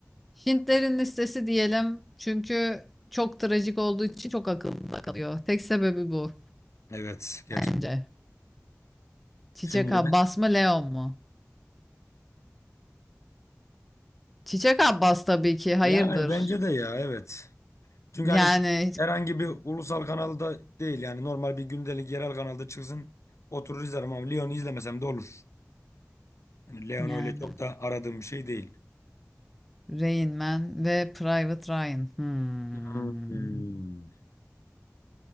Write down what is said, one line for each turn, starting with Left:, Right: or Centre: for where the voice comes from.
Centre: Hintlerin listesi diyelim. Çünkü çok trajik olduğu için çok akılda kalıyor. Tek sebebi bu
Left: Evet gerçekten.
Centre: bence. Çiçek
Left: Şimdi
Centre: Abbas mı Leon mu? Çiçek Abbas tabii ki hayırdır.
Left: yani bence de ya evet. Çünkü
Centre: Yani
Left: hani şu herhangi bir ulusal kanalda değil yani normal bir gündelik yerel kanalda çıksın oturur izlerim ama Lyon'u izlemesem de olur. Yani Leon
Centre: yani
Left: öyle çok da aradığım bir şey değil.
Centre: Rain Man ve Private Ryan. Hmm.
Left: Hmm.